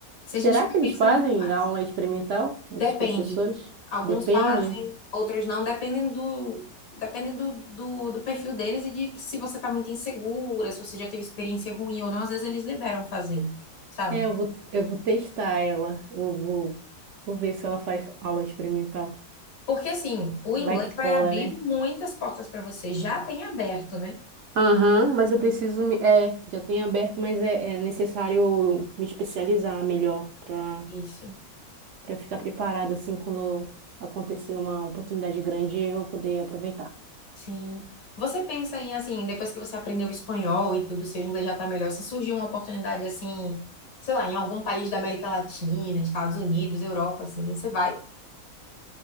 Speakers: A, on the left (about 65°); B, on the right (about 65°).
A: se
B: será
A: a gente fica
B: que eles
A: pensando
B: fazem
A: demais,
B: aula experimental,
A: depende.
B: esses professores?
A: Alguns
B: Depende.
A: fazem, outros não, dependem do, depende do, do, do perfil deles e de se você tá muito insegura, se você já teve experiência ruim ou não, às vezes eles liberam fazer, sabe?
B: É, eu vou, eu vou testar ela, vou, vou, vou ver se ela faz aula experimental.
A: Porque assim, o
B: Vai
A: inglês
B: que cola,
A: vai abrir
B: né?
A: muitas portas para você, já tem aberto, né?
B: Aham, mas eu preciso me, é, já tem aberto, mas é, é necessário eu me especializar melhor para
A: Isso.
B: para eu ficar preparada assim quando acontecer uma oportunidade grande eu poder aproveitar.
A: Sim. Você pensa em, assim, depois que você aprendeu espanhol e tudo, seu inglês já tá melhor, se surgiu uma oportunidade, assim, sei lá, em algum país da América Latina, Estados Unidos, Europa, assim, você vai?